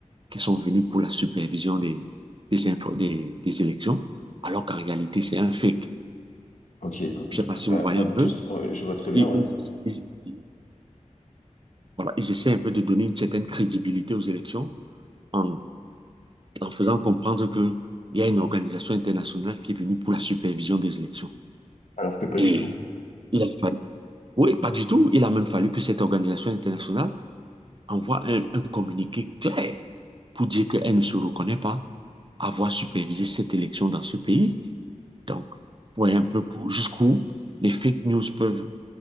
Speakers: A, on the right; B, on the left.
A: qui sont venus pour la supervision des, des, infos, des, des élections, alors qu'en réalité, c'est un fake.
B: Ok. Donc,
A: Je
B: donc,
A: ne sais pas si
B: rien-
A: vous voyez
B: rien
A: un
B: de tout
A: peu.
B: ça. Ouais, je vois très bien,
A: Ils,
B: ouais.
A: ils, ils- voilà, ils essaient un peu de donner une certaine crédibilité aux élections en, en faisant comprendre qu'il y a une organisation internationale qui est venue pour la supervision des élections.
B: Alors que pas
A: Et
B: du tout.
A: il a fallu. Oui, pas du tout. Il a même fallu que cette organisation internationale envoie un, un communiqué clair pour dire qu'elle ne se reconnaît pas avoir supervisé cette élection dans ce pays. Donc, vous voyez un peu pour- jusqu'où les fake news peuvent,